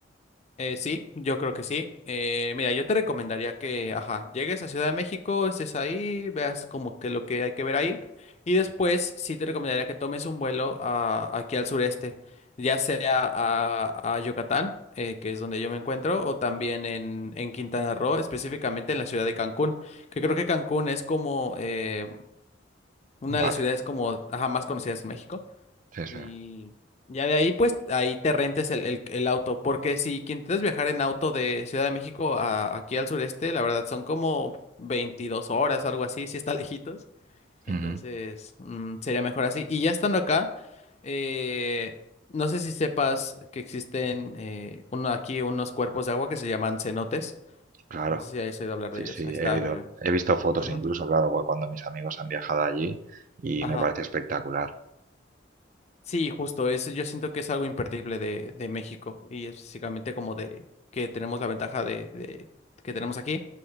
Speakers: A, on the left (about 35°); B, on the right (about 45°).
A: Eh, sí, yo creo que sí. Eh, mira, yo te recomendaría que, ajá, llegues a Ciudad de México, estés ahí, veas como que lo que hay que ver ahí. Y después sí te recomendaría que tomes un vuelo a- aquí al sureste, ya sea a, a Yucatán, eh, que es donde yo me encuentro, o también en, en Quintana Roo, específicamente en la ciudad de Cancún, que creo que Cancún es como eh, una
B: Vale,
A: de las ciudades como, ajá, más conocidas en México.
B: sí, sí.
A: Y ya de ahí, pues, ahí te rentes el, el- el auto. Porque si que intentas viajar en auto de Ciudad de México a, aquí al sureste, la verdad son como 22 horas, algo así, si está <laughs> lejitos. Entonces,
B: Ujú,
A: mm, sería mejor así. Y ya estando acá, eh, no sé si sepas que existen eh, uno, aquí unos cuerpos de agua que se llaman cenotes.
B: Claro,
A: No sé si has oído hablar
B: sí,
A: de ellos.
B: sí,
A: Ahí está,
B: he oído-
A: mira.
B: He visto fotos
A: Ujú.
B: incluso, claro, porque cuando mis amigos han viajado allí y
A: Ajá.
B: me parece espectacular.
A: Sí, justo, es, yo siento que es algo imperdible de, de México y es básicamente como de que tenemos la ventaja de, de- que tenemos aquí,